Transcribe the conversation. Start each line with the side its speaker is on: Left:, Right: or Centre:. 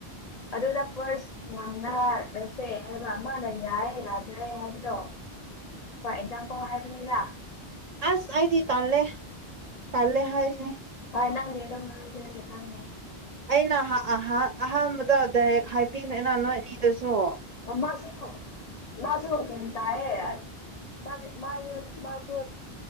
Left: ꯑꯗꯨꯅ ꯐꯥꯔꯁ ꯉꯥꯡꯅꯔꯁꯦ ꯍꯥꯏꯕ ꯑꯃꯅ ꯌꯥꯏ ꯌꯥꯗ꯭ꯔꯦ ꯍꯥꯏꯕꯗꯣ ꯐꯣꯔ ꯑꯦꯛꯖꯥꯝꯄꯜ ꯍꯥꯏꯕꯅꯤꯅ
Right: ꯑꯁ ꯑꯩꯥꯗꯤ ꯇꯜꯂꯦ ꯇꯜꯂꯦ ꯍꯥꯏꯕꯅꯦ
Left: ꯍꯣꯏ ꯅꯪꯗꯤ ꯑꯗꯨꯝ ꯂꯩꯕꯅꯤꯅ ꯈꯡꯉꯦ
Right: ꯑꯩꯅ ꯑꯍꯥꯟꯕꯗ ꯗꯥꯏꯔꯦꯛ ꯍꯥꯏꯕꯤꯈ꯭ꯔꯦꯅ ꯅꯣꯏ ꯑꯅꯤꯗꯁꯨ
Left: ꯃꯥꯁꯨ ꯃꯥꯁꯨ ꯒ꯭ꯌꯥꯟ ꯇꯥꯏꯌꯦ ꯃꯥ ꯃꯥ ꯃꯥꯁꯨ